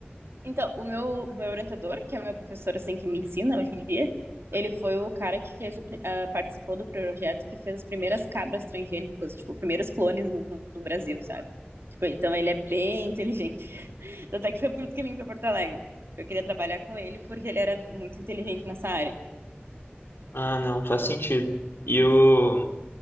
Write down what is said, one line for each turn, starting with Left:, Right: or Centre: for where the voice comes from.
Right: Então, o meu, o meu orientador, que é meu professor, assim, que me ensina hoje em dia, ele foi o cara que fez, a ah, participou do projeto que fez as primeiras cabras transgênicas, tipo, primeiros clones no, no Brasil, sabe? Tipo, então ele é bem inteligente. <laughs> Tanto é que foi por isso que eu vim pra Porto Alegre. Eu queria trabalhar com ele porque ele era muito inteligente nessa área.
Left: Ah, não, faz sentido. E o